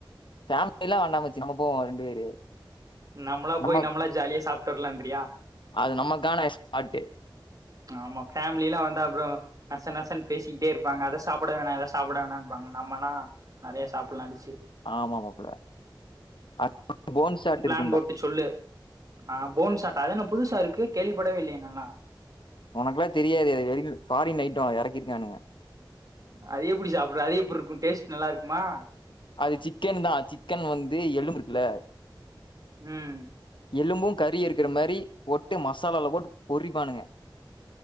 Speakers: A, on the left (about 70°); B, on the right (about 45°).
A: ஃபேம்யிலா வேண்டாமச்சி நம்ப போவோ ரெண்டு பேரு
B: நம்மளா போய்
A: நம்ம
B: நம்மளா ஜாலியா சாப்ட்டு வர்லான்றியா
A: அது நம்மக்கானா ஸ்பாட்டு
B: ஆமா ஃபேம்லி எல்லா வந்து அப்றோ நச நசன் பேசிக்கிட்டே இருப்பாங்க அத சாப் கூட வேணா ஏதா சாப்புட வேணாம்ப்பாங்க நம்மனா நயற சாப்புல்லா டிஷ்ஷு
A: ஆமா மாப்புள்ள <inaudible> போன்ஷாட் இருக்
B: ஆன் போட்டு சொல்லு அ போன் ஷாட் அது என்ன புதுசா இருக்கு கேள்விப்படவே இல்யே நால்லா
A: ஒனக்குல்லா தெரியாது எது வெறிக்கு ஃபாரின் ஐட்டோ எறக்கிருக்கானுங்க
B: அது எப்புடி சாப்புட அது எப்புர்ருக்கு டேஸ்ட் நல்லாருக்குமா
A: அது சிக்கென் தா சிக்கன் வந்து எலும்புருக்குல
B: ம்
A: எலும்பு கறி இருக்குற மாரி போட்டு மசாலால போட்டு பொரிப்பானுங்க